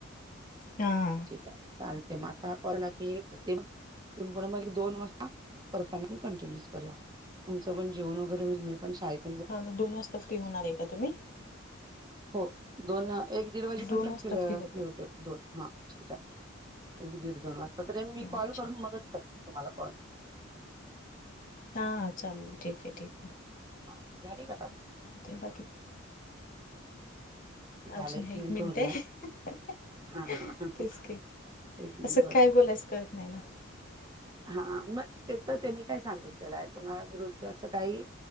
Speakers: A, on the left (about 40°); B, on the right (about 20°).
A: हा
B: ठीक हाय चालते म आता कॉल आला कि ते इथून पुढ मग दोन वाजता परत आणि कंटिन्यूच करूया. तुमच पण जेवण वगैरे होईल मी पण शाळेत
A: हां म दोन वाजता फ्री होणार हाय का तुम्ही?
B: हो दोन एक दीड वाजेपर्यंत
A: दोन वाजता
B: फिऱ्या
A: होताय
B: फ्री होतेय दोन हा. ठीक हाय एक दीड दोन वाजता तरी मी
A: अच्छा
B: कॉल करून
A: अच्छा
B: मगच करते तुम्हाला कॉल.
A: हा हा चालेल ठीक आहे ठीक आहे.
B: हा झाली का काम?
A: ठेवा की
B: झाले
A: अजून हाय
B: मिनिट
A: एक मिनटे
B: उरलाय
A: तेच
B: हा हा
A: कि
B: एक मिनिट
A: असं
B: उरलाय
A: काय बोलायचं कळत नाय ना.
B: हा मग ते तर त्यांनी काय सांगितलेलं हाय कुणा विरुद्ध असं काही